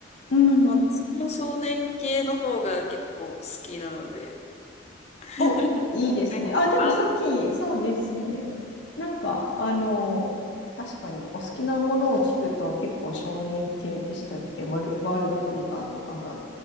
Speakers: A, on the left (about 70°); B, on the left (about 35°).
A: うん
B: なんか私も少年系の方が結構好きなので。<laughs>
A: お、いいですね。
B: なんか合う。
A: あ、でもさっき、そうですね。なんか、あの、確かに、お好きなものを聞くと結構少年系でしたっけワル、ワールドトリガーとかが好